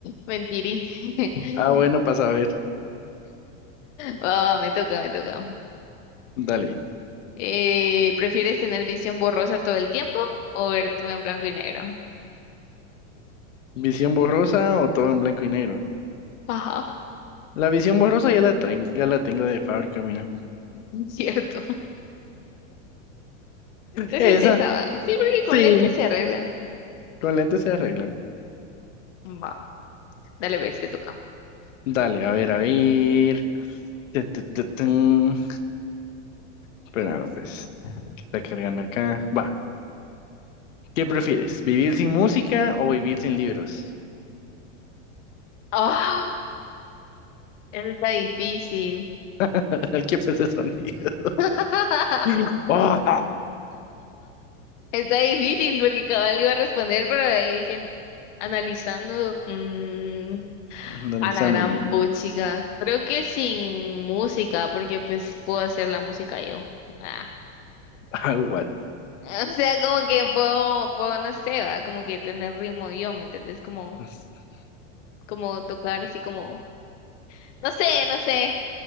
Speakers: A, on the left; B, on the left.
A: Mentirí. <laughs>
B: Ah, bueno, para saber.
A: Ah, me toca, me toca.
B: Dale.
A: Eh, ¿prefieres tener visión borrosa todo el tiempo o ver todo en blanco y negro?
B: ¿Visión borrosa o todo en blanco y negro?
A: Ajá,
B: La visión borrosa ya la tren- ya la tengo de fábrica, mira.
A: <laughs> cierto. Entonces
B: Esa,
A: esa va. Sí, porque con
B: sí.
A: lentes se arregla.
B: Con lentes se arregla. güey.
A: Va, dale, ves, te toca.
B: Dale, a ver, a ver. Tun, tun, tun, tun. Espera, pues. ¿Qué está cargando acá? Va. ¿Qué prefieres? ¿Vivir sin música o vivir sin libros?
A: Ah, está difícil.
B: <laughs> ¿Qué fue ese sonido?
A: <laughs>
B: <laughs> ¡Oh!
A: Está difícil porque cabal iba a responder, pero de ahí dije, analizando mm,
B: Andan
A: a
B: Sandy.
A: la gran puchica. Creo que sin música, porque pues puedo hacer la música yo. Ah.
B: Ah, what?
A: O sea, como que puedo, puedo, no sé, va, como que tener ritmo yo, ¿me entendés? Como,
B: <laughs>
A: como tocar así como, no sé, no sé.